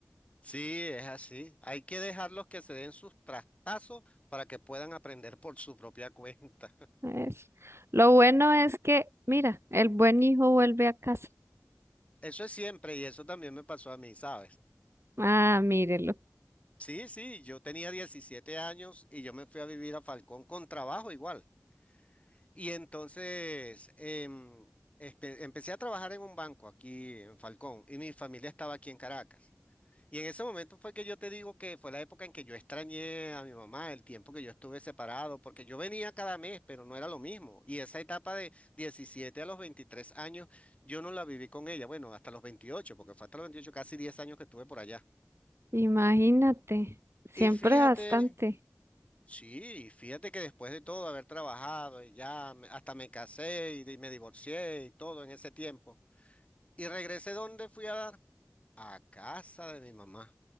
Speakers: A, on the left; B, on the right.
A: Sí, es así. Hay que dejarlos que se den sus trastazos para que puedan aprender por su propia <laughs> cuenta.
B: Es- Lo bueno es que, mira, el buen hijo vuelve a casa.
A: Eso es siempre y eso también me pasó a mí, ¿sabes?
B: Ah, mírelo.
A: Sí, sí, yo tenía 17 años y yo me fui a vivir a Falcón con trabajo igual. Y entonces em, espe- empecé a trabajar en un banco aquí en Falcón y mi familia estaba aquí en Caracas. Y en ese momento fue que yo te digo que fue la época en que yo extrañé a mi mamá, el tiempo que yo estuve separado, porque yo venía cada mes, pero no era lo mismo. Y esa etapa de 17 a los 23 años, yo no la viví con ella, bueno, hasta los veintiocho porque fue hasta los 28 casi 10 años que estuve por allá.
B: Imagínate, siempre
A: Y fíjate,
B: bastante.
A: sí, fíjate que después de todo haber trabajado y ya me- hasta me casé y di- me divorcié y todo en ese tiempo. Y regresé donde fui a dar, a casa de mi mamá.